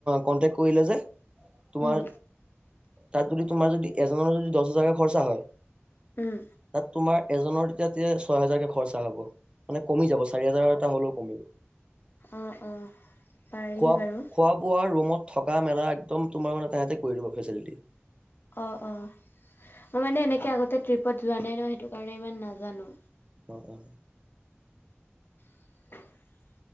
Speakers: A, on the right; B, on the left.
A: কণ্টেক্ট কৰিলে যে। তোমাৰ
B: উম
A: তাত যদি তোমাৰ যদি এজনৰ যদি দহ হাজাৰকে খৰচা হয়।
B: উম।
A: তাত তোমাৰ এজনৰ তেতিয়া <unintelligible> ছয় হেজাৰকে খৰচা হ'ব। মানে কমি যাব চাৰি হাজাৰ এটা হ'লেও কমিব।
B: অ, অ পাৰি
A: খোৱা
B: বাৰু।
A: খোৱা বোৱা ৰুমত থকা মেলা একদম তোমাৰ মানে তেহাতি কৰি দিব ফেচিলিটি।
B: অ, অ মই মানে এনেকে আগতে ট্ৰিপত যোৱা নাই নহ সেইটো কাৰণে ইমান নাজানো।
A: অ, অ।
B: <inaudible>